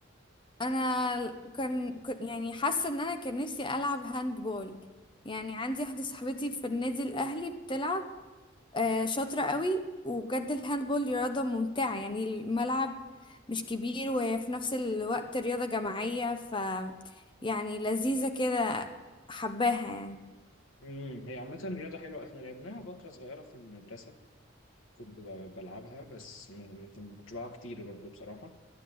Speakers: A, on the left (about 25°); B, on the left (about 85°).
A: أنا ال- كان كنت يعني حاسة إن أنا كان نفسي ألعب هاند بول يعني عندي واحدة صاحبتي في النادي الأهلي بتلعب آه شاطرة قوي وبجد الهاند بول دي رياضة ممتعة يعني الملعب مش كبير وهي في نفس الوقت رياضة جماعية ف يعني لذيذة كده حباها يعني
B: امم هي عامة رياضة حلوة احنا لعبناها فترة صغيرة في المدرسة كنت ب- بلعبها بس ما ما- ما كنتش بلعبها كتير برضه بصراحة